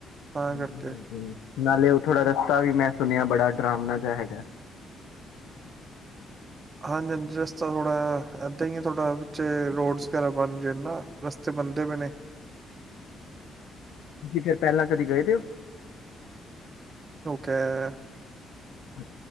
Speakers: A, on the right (about 35°); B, on the left (about 85°).
A: ਤਾਂ
B: ਹਾਂਜੀ
A: ਕਰਕੇ
B: ਹਾਂਜੀ ਨਾਲੇ ਉਹ ਥੋੜ੍ਹਾ ਰਸਤਾ ਵੀ ਮੈਂ ਸੁਣਿਆ ਬੜਾ ਡਰਾਮਨਾ ਜਿਹਾ ਹੈਗਾ
A: ਹਾਂਜੀ ਹਾਂਜੀ ਰਸਤਾ ਥੋੜ੍ਹਾ ਇਦਾਂ ਹੀ ਹੈ ਥੋੜ੍ਹਾ ਵਿੱਚ ਰੋਡਸ ਵਗੈਰਾ ਬਣ ਰਹੇ ਨਾ ਰਸਤੇ ਬਣਦੇ ਪਏ ਨੇ
B: ਫਿਰ ਪਹਿਲਾਂ ਕਦੀ ਗਏ ਵੇ ਓ?
A: ਆ
B: ਅੱਛ